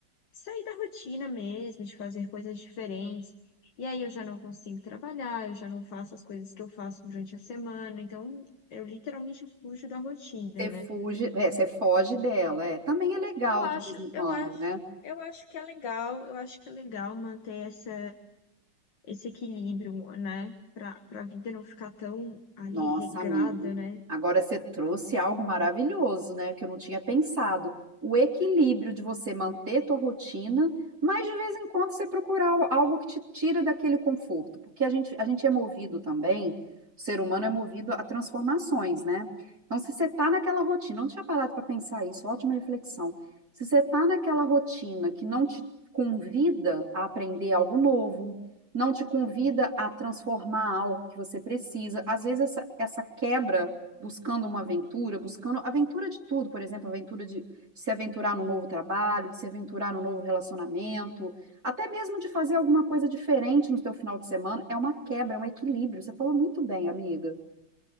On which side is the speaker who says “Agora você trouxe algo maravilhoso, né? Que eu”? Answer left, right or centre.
Right